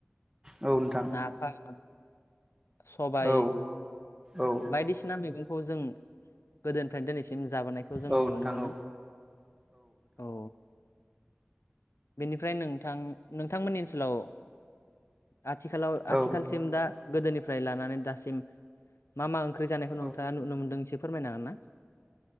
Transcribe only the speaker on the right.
औ नोंथां
औ औ
औ
नोंथां
औ
औ
औ